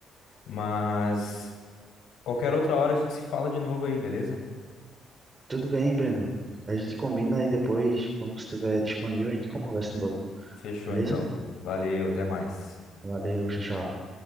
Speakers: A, on the left; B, on the right.
A: Mas qualquer outra hora a gente se fala de novo aí, beleza?
B: Tudo bem, Breno. A gente combina e depois, quando você estiver disponível, a gente conversa de novo,
A: Fechou
B: beleza?
A: então. Valeu, até mais.
B: Valeu, tchau, tchau.